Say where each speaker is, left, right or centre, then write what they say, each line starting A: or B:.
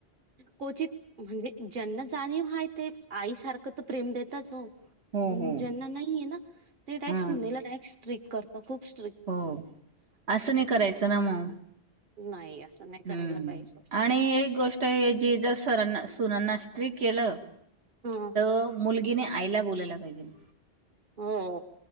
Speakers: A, on the right; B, on the right.
A: क्वचित म्हणजे ज्यांना जाणीव हाय ते आईसारखं तर प्रेम देताच हो
B: हो हो
A: ज्यांना नाहीय ना ते टॅक्स
B: हम्म
A: सुनेला <inaudible> स्क्रिक्ट करत <inaudible>
B: हो असं नाही करायचं ना मग
A: नाही असं नाही करायला
B: हम्
A: पाहिजे.
B: आणि एक गोष्ट हे जी जर सरांना सुनांना स्ट्रीक केलं
A: हां.
B: तर मुलगीने आईला बोल लायला पाहिजे
A: हो